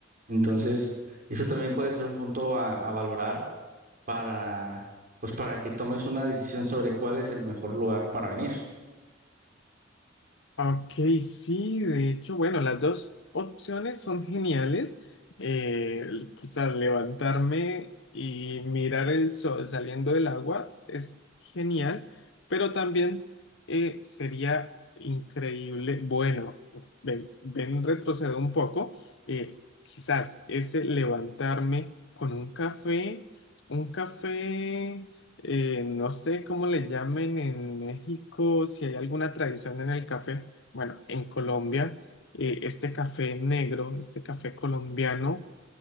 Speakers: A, on the right; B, on the left.
A: Entonces, eso también puede ser un punto a, a valorar para, pues para que tomes una decisión sobre cuál es el mejor lugar para venir.
B: Ok, sí, de hecho, bueno, las dos opciones son geniales. Eh, quizás levantarme y mirar el sol saliendo del agua es genial, pero también eh, sería increíble. Bueno, ven, ven, retrocedo un poco. eh, quizás ese levantarme con un café, un café eh, no sé cómo le llamen en México, si hay alguna tradición en el café, bueno, en Colombia, eh, este café negro, este café colombiano,